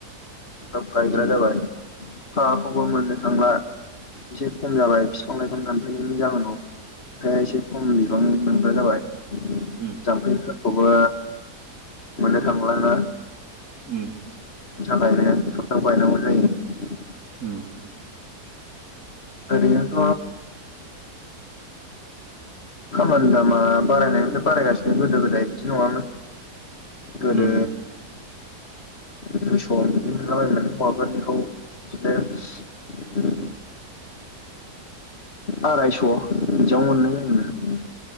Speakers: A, on the left; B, on the right.
A: थाब गायग्रा
B: उम
A: जाबाय हाखौबो मोननो थांला एसे खम जाबाय बिफां लाइफां दानफायनायनि जाहोनाव ओमफाय एसे खम बिबां मोनग्रा जाबाय
B: उम
A: जाम्फैफोरखौबो मोननो थांलाना
B: उम
A: बेनि थाखायनो थाब थाब गायनांगौ जायो।
B: उम
A: ओरैनोथ' खामानि दामा बारायनायनिफ्राय बारायगासिनो गोदो गोदाय बिदि नङामोन गोदो
B: उम
A: दुइस' बिदि मोनलाबाय हौआफोरनिखौ बिदिनो आरायस' बेयाव मोननाय जायोमोन